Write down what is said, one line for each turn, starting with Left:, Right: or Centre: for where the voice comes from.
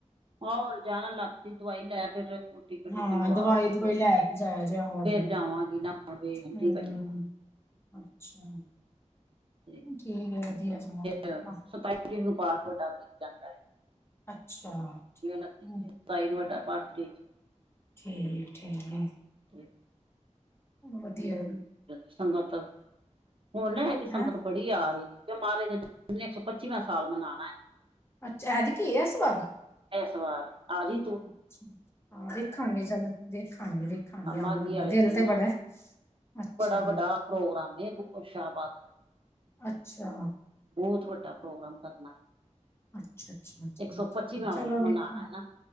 Right: ਹੋਰ ਜਾਣਾ ਲੱਤ ਦੀ ਦਵਾਈ ਲੈ ਕੇ ਤੇ ਟੀਕੇ ਟੂਕੇ
Left: ਹਾਂ
Right: ਲਵਾ
Left: ਦਵਾਈ
Right: ਕੇ
Left: ਦੁਵਾਈ
Right: ਫਿਰ
Left: ਲੈ ਕੇ ਜਾਇ ਜੇ ਆਹੋ ਆਪਣੀ
Right: ਫੇਰ ਜਾਵਾਂਗੀ ਨਹਾਉਣ ਵੇਖਦੀ
Left: ਹੂੰ।
Right: ਪਈ ਆ
Left: ਅੱਛਾ
Right: ਤੇ
Left: ਠੀਕ ਹੈ ਵਧੀਆ ਸਗੋਂ
Right: ਫਿਰ ਸਤਾਈ ਤਰੀਕ ਨੂੰ ਪਾਠ ਵਡਾ ਧਰੀ ਜਾਂਦਾ।
Left: ਅੱਛਾ
Right: ਜਿਵੇਂ ਉਨੱਤੀ
Left: ਹੂੰ।
Right: ਸਤਾਈ ਨੂੰ ਵੱਡਾ ਪਾਠ ਤਰੀ
Left: ਠੀਕ ਠੀਕ
Right: ਤੇ
Left: ਵਧੀਆ
Right: ਸੰਗਤ ਹੁਣ ਨਾ ਇਥੇ ਸੰਗਤ
Left: ਹੈਂ
Right: ਬੜੀ ਆ ਰਹੀ ਏ ਕਿ ਮਹਾਰਾਜ ਦਾ ਜਨਮਦਿਨ ਇੱਕ ਸੌ ਪੱਚੀਸ ਵਾਂ ਸਾਲ ਮਨਾਉਣਾ ਏ।
Left: ਅੱਛਾ ਐਤਕੀ ਇਸ ਵਾਰ
Right: ਇਸ ਵਾਰ ਆਜੀ
Left: ਅੱਛਾ ਹਾਂ ਦੇਖਾਂਗੇ ਚੱਲ ਦੇਖਾਂਗੇ। ਵੇਖਾਂਗੇ
Right: ਮਾਗੀ
Left: ਆਵਾਂਗੇ
Right: ਵਾਲੇ
Left: ਦਿਲ
Right: ਦਿਨ
Left: ਤੇ ਬੜਾ ਅੱਛਾ
Right: ਬੜਾ ਵੱਡਾ ਪ੍ਰੋਗਰਾਮ ਉ ਸ਼ਾਹਬਾਦ।
Left: ਅੱਛਾ
Right: ਬਹੁਤ ਵੱਡਾ ਪ੍ਰੋਗਰਾਮ ਕਰਨਾ ਏ।
Left: ਅੱਛਾ ਅੱਛਾ ਠੀਕ
Right: ਇੱਕ ਸੌ ਪੱਚੀਵਾ
Left: ਚਲੋ ਵੇਖਾਂ
Right: ਮਨਾਉਣਾ ਏ ਨਾ।